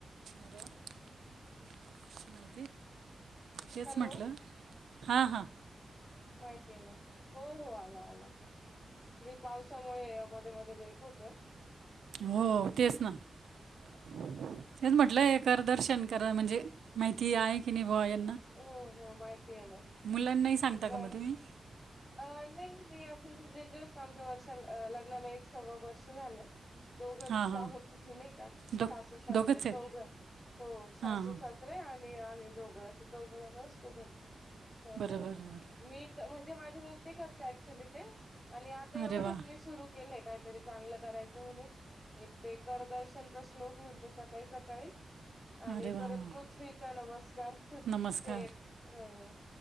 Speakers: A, on the right; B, on the left.
A: अरे वाह! तेच
B: हॅलो
A: म्हटलं हा हा.
B: माहिती आहे ना हो हो आला आला. पावसामुळे मध्ये मध्ये ब्रेक होतोय.
A: हो तेच ना.
B: हो
A: तेच म्हटलंय एकरदर्शन करा म्हणजे माहिती आहे की नाही बो या
B: हो हो माहिती आहे ना
A: मुलांनाही सांगता
B: इकडनं
A: का मग तुम्ही
B: अ नाही मी म्हणजे जस्ट आमच्या वर्षाला अ लग्नाला एक सवा वर्ष झालंय. दोघच
A: हां
B: सा
A: हां
B: होत नाही का
A: दो
B: सासू सासरे
A: दोघंच आहेत
B: चौघं हो सासू
A: हां हां
B: सासरे आणि आम्ही दोघं अस. चौघं जण असतो घरी तर
A: बरं बरं बरं
B: मी क म्हणजे माझी मम्मी करते ऍक्च्युली ते आणि आता एवढेत
A: अरे वा
B: मी सुरू केलेय काय तरी चांगलं करायचं म्हणून एक ते करदर्शनचा श्लोक म्हणते सकाळी सकाळी आणि
A: अरे वा
B: परत
A: वा वा.
B: पृथ्वीचा नमस्कार.
A: नमस्कार
B: ते अ